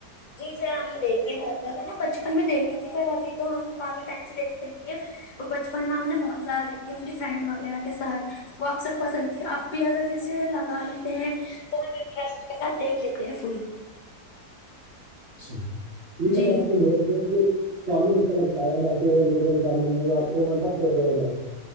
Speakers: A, on the left; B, on the right.
A: جی سر ہم نے دیکھی بہت زیادہ نا بچپن میں دیکھی تھی پر ابھی تو ہم کافی ٹائم سے دیکھتے نہیں ہیں- اور بچپن میں ہم نے بہت زیادہ دیکھی اپنی فرینڈ وغیرہ کے ساتھ- وہ اکثر پسند ت اب بھی اگر کسے لگا لیتے ہیں- تو ہم انٹرسٹ کے ساتھ دیکھ لیتے ہیں فل-
B: اچھا ٹھ بس
A: جی
B: آپ کو ب کے کڈو اچھا لگتا ہے بقی اور بھی کچھ کٹ نہیں آپ مطلب فیوریٹ ہے